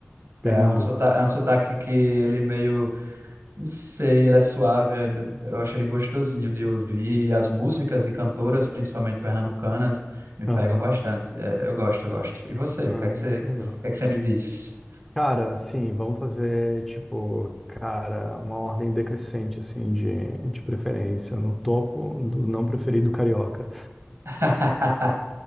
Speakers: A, in the centre; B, on the right.
A: Pernambuco.
B: É um sotaque, é um sotaque que ele meio, não sei, ele é suave. é do- Eu acho ele gostosinho de ouvir. E as músicas e cantoras, principalmente pernambucanas, me pegam
A: Aham.
B: bastante. É, eu gosto, eu gosto. E você?
A: ai
B: O que é que você,
A: que
B: o
A: legal, cara.
B: que é que você me diz?
A: Cara, assim, vamos fazer, tipo, cara, uma ordem decrescente, assim, de, de preferência. No topo do não preferido carioca.
B: <laughs>